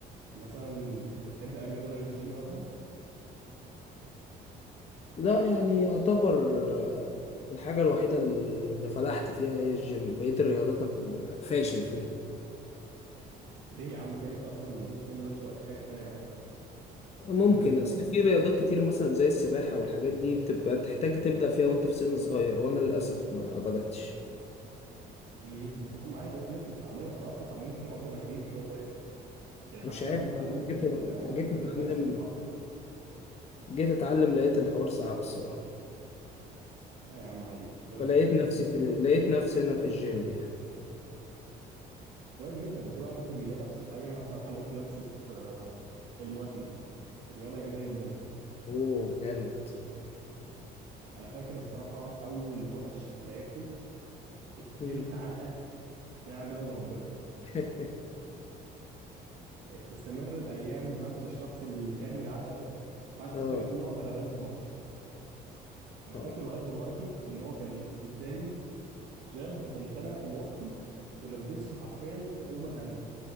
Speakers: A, on the right (about 75°); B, on the left (about 40°).
A: مثلا بتحب أي رياضة غير الجيم مثلا
B: لا يعني يعتبر آه، الحاجة الوحيدة اللي فلحت فيها هي الجيم بقية الرياضات أنا فاشل فيها
A: ليه يا عم كده انت اصلا ممكن تكون ما بذلتش وقت فيها كفايه يعني
B: ممكن
A: ممكن
B: أصل في رياضات كتير مثلا زي السباحة والحاجات دي بتبقى تحتاج تبدأ فيها وأنت في سن صغير وأنا للأسف ما بدأتش
A: امم يا عم عادي لا ممكن تتعلمها انا اصلا اتعلمت اعوم وانا كبير مش وانا صغير يعني
B: مش
A: حرفيا
B: عارف
A: انا اتعلمت
B: جيت
A: اعوم
B: جيت
A: رميت
B: أتعلم
A: نفسي في البحر
B: جيت أتعلم لقيت الحوار صعب الصراحة
A: آه يا عم عادي مش مشكله
B: فلقيت
A: كلنا
B: نفسي في لقيت نفسي انا في الجيم يعني
A: <laughs> كويس جدا ما كل واحد برضه بيلاقي نفسه في حاجه انا الصراحه لقيت نفسي في آه، الملاكمه رياضه جميله جدا
B: اوه جامد
A: انا فاكر الصراحه اول ماتش لعبته اتكلت
B: مم.
A: علقه ما يعلم بها الا ربنا
B: <laughs>
A: إيه، تستمر الايام ونفس الشخص اللي كادني العلقه ده بعد ست
B: اه
A: شهور اقدر اغلبه في ماتش انا
B: اه
A: فاكر لغايه دلوقتي ان هو كان اداني جاب قمت انا موطي ولبسته حرفيا اوفر هاند